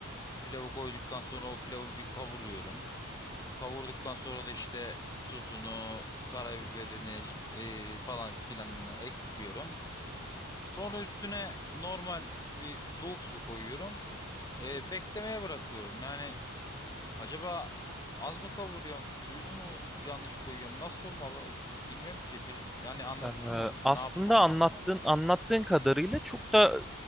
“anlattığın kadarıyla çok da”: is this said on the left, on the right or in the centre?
Centre